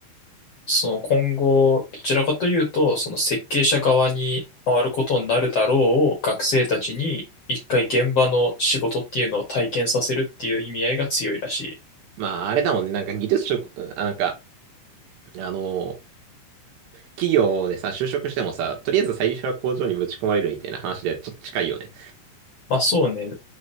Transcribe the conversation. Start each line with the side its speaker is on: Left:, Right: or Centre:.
Left: その今後、どちらかというと、その設計者側に回ることになるだろうを学生たちに一回現場の仕事っていうのを体験させるっていう意味合いが強いらしい。
Right: まあ、あれだもんね。なんか技術職、うんあなんか、あのー企業でさ、就職してもさ、とりあえず最初は工場にぶち込まれるみたいな話でちょっと近いよね。
Left: まあそうね。